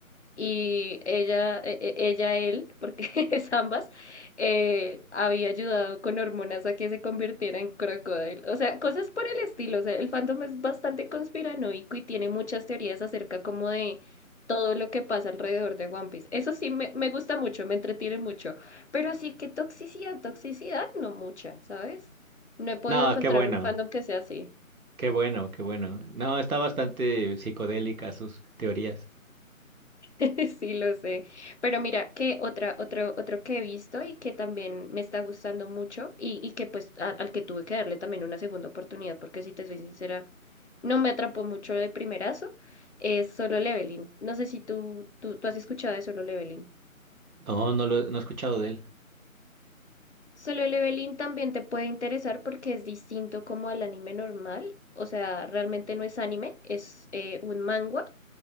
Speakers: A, on the left (about 55°); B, on the right (about 80°).
A: y ella, e- e- ella, él, porque <laughs> es ambas, eh, había ayudado con hormonas a que se convirtiera en crocodile. O sea, cosas por el estilo. O sea, el fandom es bastante conspiranoico y tiene muchas teorías acerca como de todo lo que pasa alrededor de One Piece. Eso sí, me, me gusta mucho, me entretiene mucho. Pero así que toxicidad, toxicidad, no mucha, ¿sabes? No he podido
B: No,
A: encontrar
B: qué bueno,
A: un fandom que sea así.
B: qué bueno, qué bueno. No, está bastante psicodélica sus teorías.
A: <laughs> Sí, lo sé. Pero mira, que otra, otro, otro que he visto y que también me está gustando mucho y, y que pues a- al que tuve que darle también una segunda oportunidad, porque si te soy sincera, no me atrapó mucho de primerazo, es Solo Leveling. No sé si tú, tú, tú has escuchado de Solo Leveling.
B: No, no lo no he escuchado de él.
A: Solo Leveling también te puede interesar porque es distinto como al anime normal. O sea, realmente no es anime, es eh, un manga